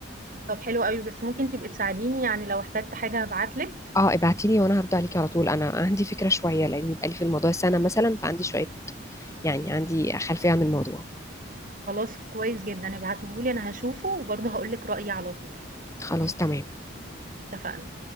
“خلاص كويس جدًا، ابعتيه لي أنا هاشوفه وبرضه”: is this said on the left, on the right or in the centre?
Right